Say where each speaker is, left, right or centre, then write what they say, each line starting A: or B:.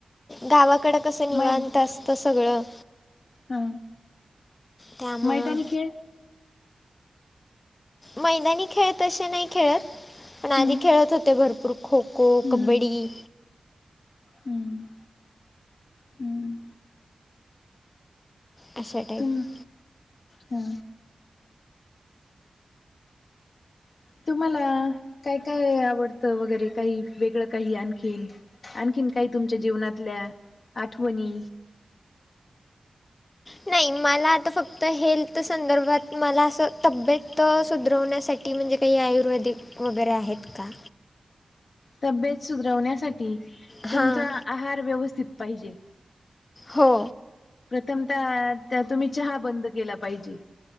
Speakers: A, on the left; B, on the left.
A: गावाकडं कसं निवांत
B: मै
A: असतं सगळं.
B: हा
A: त्यामुळं
B: मैदानी खेळ.
A: मैदानी खेळ तसे नाही खेळत पण आधी
B: हम्म
A: खेळत होते भरपूर खुप खो-खो
B: हम्म
A: कबड्डी.
B: हम्म. हम्म
A: अशा टाईप
B: तुम हा. तुम्हाला काय काय आवडतं वगैरे काही वेगळं काही आणखीन आणखीन काही तुमच्या जीवनातल्या आठवणी
A: नाही मला आता फक्त हेल्थ संदर्भात मला असं तब्येत सुधरवण्यासाठी की म्हणजे काही आयुर्वेदिक वगैरे आहेत का
B: तब्येत सुधरवण्यासाठी
A: हां
B: तुमचा आहार व्यवस्थित पाहिजे.
A: हो
B: प्रथम त्या तुम्ही चहा बंद केला पाहिजे.